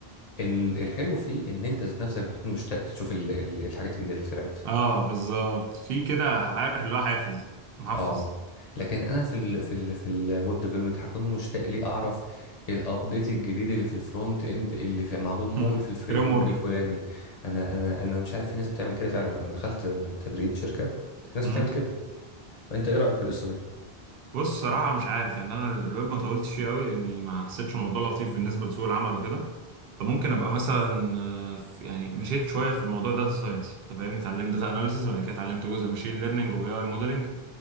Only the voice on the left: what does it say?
ال- الحلو فيه ان انت ذات نفسك بتكون مشتاق تشوف ال- ال- الحاجات الجديده اللي طلعت
اه لكن انا في ال في ال في الويب ديفلوبمنت هكون مشتاق لي اعرف الابديت الجديد اللي في الفرونت اند اللي في معمول
في الفريم
ورك
الفلاني انا انا انا مش عارف في ناس بتعمل كده فعلا انا دخلت تدريب شركه في ناس
بتعمل كده انت ايه رايك في القصه دي